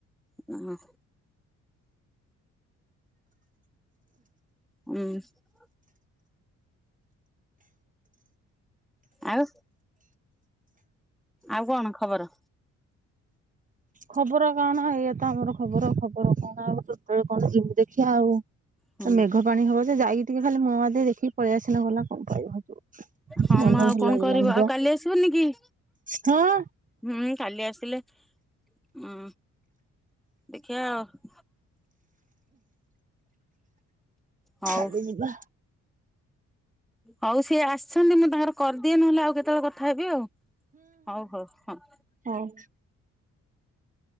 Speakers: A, in the centre; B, on the right.
A: ହଁ। ଉଁ। ଆଉ। ଆଉ କଣ ଖବର?
B: ଖବର କଣ ଏଇଆ ତ ଆମର ଖବର ଖବର କଣ ଆଉ କେତେବେଳେ କଣ ଯିମି ଦେଖିବା ଆଉ।
A: ହୁଁ
B: ମେଘ ପାଣି ହବ ଯେ ଯାଇକି ଟିକେ ଖାଲି ମୁହ ମାରି ଦେଇକି ଦେଖିକି ପଳେଇ ଆସିଲେ ଗଲା। କଣ ପାଇବ ହେଠୁ।
A: ହଁ
B: ମନ
A: ମ ଆଉ
B: ଭଲ
A: କଣ
B: ଲାଗିଲାନି
A: କରିବ
B: ବା
A: ଆଉ କାଲି ଆସିବନି କି?
B: ହଁ।
A: ହୁଁ କାଲି ଆସିଲେ ଉଁ ଦେଖିବା ଆଉ। ହଉ।
B: କାଲି ଯିବା
A: ହଉ ସିଏ ଆସିଛନ୍ତି ମୁଁ ତାଙ୍କର କରିଦିଏ ନହେଲେ ଆଉ କେତେବେଳେ କଥା ହେବି ଆଉ। ହଉ ହଉ ହଁ।
B: ହଉ।